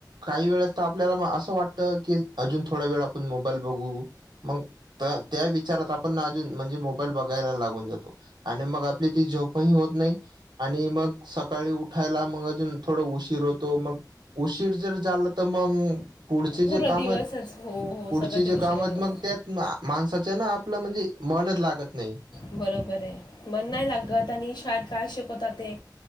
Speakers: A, on the right; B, on the left.
A: काही वेळेस तर आपल्याला असं वाटतं की अजून थोडा वेळ आपण मोबाईल बघू. मग त्या विचारात आपण अजून म्हणजे मोबाईल बघायला लागून जातो. आणि मग आपली ती झोपही होत नाही. आणि मग सकाळी उठायला मग अजून थोडं उशीर होतो मग उशीर जर झालं तर मग पुढचे जे
B: पूर्ण
A: काम
B: दिवसच.
A: आहेत
B: हो, हो.
A: पुढचे
B: सगळं
A: जे
B: ते उशिराने
A: काम आहेत
B: होतं.
A: मग त्यात माणसाचं ना आपलं म्हणजे मनच लागत नाही.
B: बरोबर आहे मन नाही लागत आणि शाळेत काय शिकवत ते